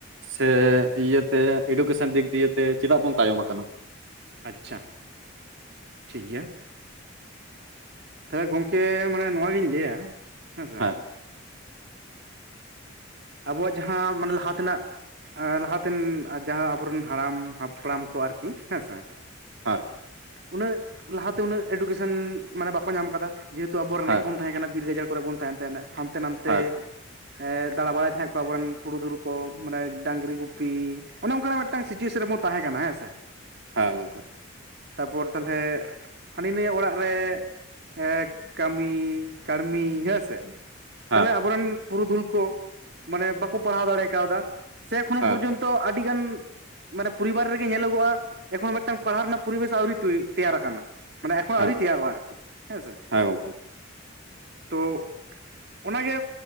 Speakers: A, on the right; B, on the right.
A: ᱥᱮ ᱤᱭᱟᱹᱛᱮ ᱮᱰᱩᱠᱮᱥᱚᱱ ᱫᱤᱠ ᱫᱤᱭᱮᱛᱮ ᱪᱮᱫᱟᱜ ᱵᱚᱱ ᱛᱟᱭᱚᱢ ᱟᱠᱟᱱᱟ᱾
B: ᱟᱪᱪᱷᱟ ᱴᱷᱤᱠ ᱜᱮᱭᱟ᱾ ᱛᱟᱦᱚᱞᱮ ᱜᱚᱝᱠᱮ ᱢᱟᱱᱮ ᱱᱚᱣᱟ ᱜᱤᱧ ᱞᱟᱹᱭᱼᱟ ᱦᱮᱸᱥᱮ᱾
A: ᱦᱮᱸ <unintelligible>
B: ᱟᱵᱚᱣᱟᱜ ᱡᱟᱦᱟᱸ ᱢᱟᱱᱮ ᱞᱟᱦᱟ ᱛᱮᱱᱟᱜ᱾ ᱞᱟᱦᱟᱛᱮᱱ ᱡᱟᱦᱟᱸ ᱟᱵᱚᱨᱮᱱ ᱦᱟᱲᱟᱢ ᱦᱟᱯᱲᱟᱢ ᱠᱚ ᱟᱨᱠᱤ ᱦᱮᱸᱥᱮ᱾
A: ᱦᱮᱸ
B: ᱩᱱᱟᱹᱜ ᱞᱟᱦᱟᱛᱮ ᱩᱱᱟᱹᱜ ᱮᱰᱩᱠᱮᱥᱚᱱ ᱢᱟᱱᱮ ᱵᱟᱠᱚ ᱧᱟᱢ ᱟᱠᱟᱫᱟ᱾ ᱡᱮᱦᱮᱛᱩ ᱟᱵᱚ ᱨᱮᱜᱮᱡ
A: ᱦᱮᱸ
B: ᱵᱚᱱ ᱛᱟᱦᱮᱸ ᱠᱟᱱᱟ ᱵᱤᱨ ᱜᱟᱡᱟᱲ ᱠᱚᱨᱮ ᱵᱚᱱ ᱛᱟᱦᱮᱱ ᱛᱟᱦᱮᱱᱟ ᱦᱟᱱᱛᱮ ᱱᱟᱛᱮ᱾
A: ᱦᱮᱸ
B: ᱦᱮᱸ ᱫᱟᱬᱟ ᱵᱟᱲᱟᱭ ᱛᱟᱦᱮᱸᱫ ᱠᱚ ᱟᱵᱚᱨᱮᱱ ᱯᱩᱨᱩᱫᱷᱩᱞ ᱠᱚ ᱢᱟᱱᱮ ᱰᱟᱝᱨᱤ ᱜᱩᱯᱤ ᱚᱱᱮ ᱚᱱᱠᱟᱱᱟᱜ ᱢᱤᱫᱴᱮᱱ᱾ ᱢᱤᱫᱴᱟᱝ ᱥᱤᱪᱩᱭᱮᱥᱚᱱ ᱨᱮᱵᱚᱱ ᱛᱟᱦᱮᱸ ᱠᱟᱱᱟ ᱦᱮᱸ ᱥᱮ᱾
A: ᱦᱮᱸ ᱜᱚᱝᱠᱮ
B: ᱛᱟᱯᱚᱨ ᱛᱟᱞᱦᱮ ᱦᱟᱹᱱᱤ ᱱᱟᱹᱭᱟᱹᱜ ᱚᱲᱟᱜ ᱨᱮ᱾ ᱮ ᱠᱟᱹᱢᱤ ᱠᱟᱹᱲᱢᱤ ᱦᱮᱸ ᱥᱮ᱾
A: ᱦᱮᱸ
B: ᱛᱟᱦᱚᱞᱮ ᱟᱵᱚᱨᱮᱱ ᱯᱩᱨᱩᱫᱷᱩᱞ ᱠᱚ ᱢᱟᱱᱮ ᱵᱟᱠᱚ ᱯᱟᱲᱦᱟᱣ ᱫᱟᱲᱮ ᱠᱟᱣᱫᱟ ᱥᱮ ᱮᱠᱷᱚᱱᱳ
A: ᱦᱮᱸ
B: ᱯᱚᱨᱡᱚᱱᱛᱚ᱾ ᱟᱹᱰᱤᱜᱟᱱ ᱢᱟᱱᱮ ᱯᱚᱨᱤᱵᱟᱨ ᱨᱮᱜᱮ ᱧᱮᱞᱚᱜᱚᱜᱼᱟ ᱮᱠᱷᱚᱱ ᱢᱤᱫᱴᱟᱝ ᱯᱟᱲᱦᱟᱜ ᱨᱮᱱᱟᱜ ᱯᱚᱨᱤᱵᱮᱥ ᱟᱹᱣᱨᱤ ᱛᱮᱭᱟᱨ ᱟᱠᱟᱱᱟ᱾ ᱢᱟᱱᱮ ᱮᱠᱷᱱᱳ
A: ᱦᱮᱸ
B: ᱟᱭᱨᱤ ᱛᱮᱭᱟᱨᱚᱜ-ᱟ ᱟᱨᱠᱤ ᱦᱮᱸᱥᱮ᱾
A: ᱦᱮᱸ ᱜᱚᱝᱠᱮ
B: ᱛᱚ ᱚᱱᱟᱜᱮ᱾